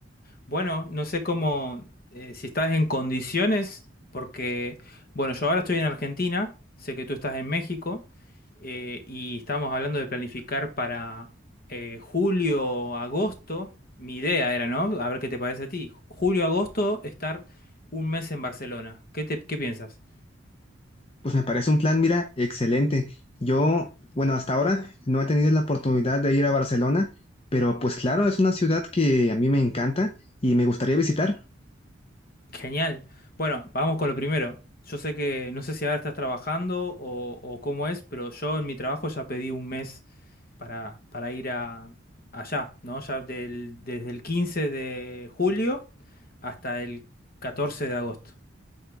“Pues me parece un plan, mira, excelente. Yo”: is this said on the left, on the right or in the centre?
Left